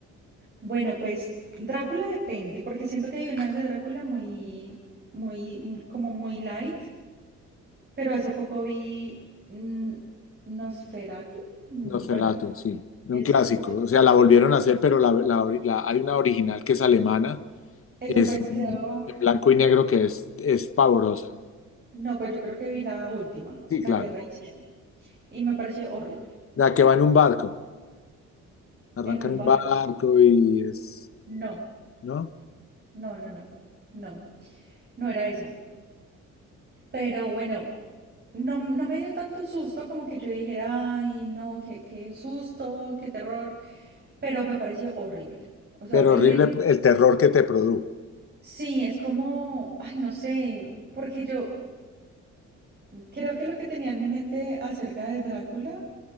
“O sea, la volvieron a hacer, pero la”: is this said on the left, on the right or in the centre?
Left